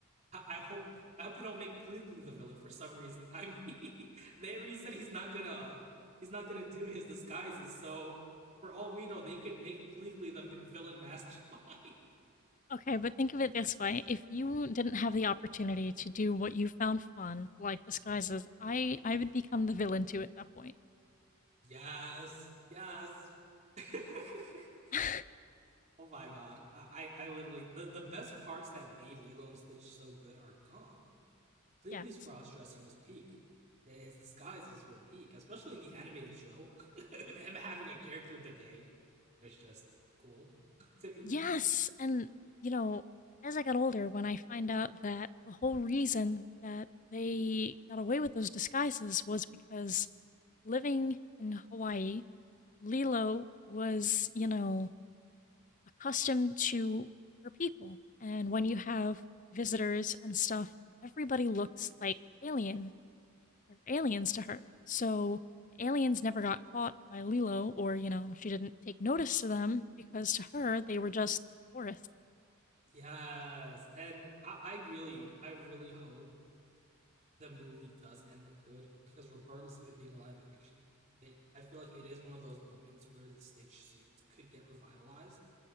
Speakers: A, on the right; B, on the left.
A: I, hope I hope they don't make politically the villain for some reason. I mean, <laughs> they already said he's not gonna he's not gonna do his disguises. So for all we know, they could make politically the villain mastermind.
B: Okay, but think of it this way. If you didn't have the opportunity to do what you found fun, like disguises, I I would become the villain too at that point.
A: <laughs> yes, yes. <laughs>
B: <laughs>
A: oh my god, I, I I literally the the best parts that made Lilo and Stitch so good are gone. Bleakley's
B: Yes.
A: cross dressing was peak. His disguises were peak, especially in the animated show. <laughs> Him having a character of the day was just cool <laughs> to me.
B: Yes. And, you know, as I got older, when I find out that the whole reason that they got away with those disguises was because living in Hawaii Lilo was, you know, accustomed to her people. And when you have visitors and stuff, everybody looks like alien They're aliens to her. So the aliens never got caught by Lilo or, you know, she didn't take notice to them because to her they were just tourists.
A: Yes, and I, I really, I really hope the movie does end up good because regardless of it being a live action, it I feel like it is one of those moments where the Stitch series could get revitalized.